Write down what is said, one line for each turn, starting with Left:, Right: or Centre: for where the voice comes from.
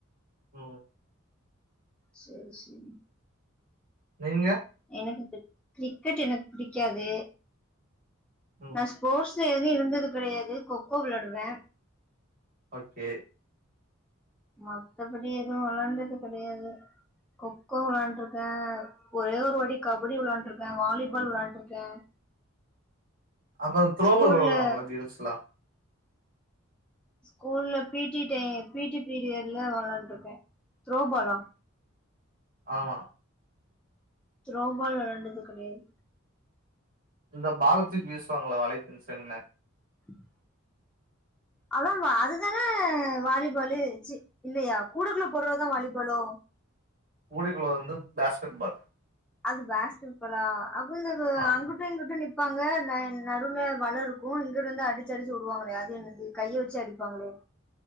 Right: ஓ
Centre: சரி சரி
Right: நீங்க
Centre: எனக்கு கிரிக்கெட் எனக்கு பிடிக்காது
Right: ம்
Centre: நா ஸ் ஸ்போர்ட்ஸ்ல எதுவு இருந்தது கெடையாது கொக்கோ விளாடுவே
Right: ஓகே
Centre: மத்தபடி எதுவு விளாண்டது கெடையாது கொக்கோ விளாண்ட்ருக்கே ஒரே ஒரு வாட்டி கபடி விளாண்ட்ருக்கே வாலிபால் விளாண்ட்ருக்கே
Right: அப்பற த்ரோபால்
Centre: ஸ்கூல்ல
Right: விளாடுவாங்கள கில்ஸ்ளா
Centre: ஸ்கூல்ல பீ டி டை பீ டி பீரியட்ல வெளாண்ட்ருக்கே த்ரோபாலா
Right: ஆமா
Centre: த்ரோபால் விளாண்டது கெடையாது
Right: இந்த பாலத்துக்கு வீசுவாங்களா வளைக்குன்சன்னு
Centre: ம் அத வா அதுதான வாலிபாலு சீ இல்லையா கூடக்குள்ள போடுறதா வாலிபாலோ
Right: கூடிகுள்ள வந்து பேஸ்கெட்பால்
Centre: அது பேஸ்கெட்பாலா அது இது
Right: ஆமா
Centre: அங்குட்டு இங்குட்டு நிப் ப்பாங்க ந நடுல வல இருக்கு இங்கருந்து அடிச்சு அடிச்சு விடுவாங்களே அது என்னது கைய வச்சு அடிப்பாங்களே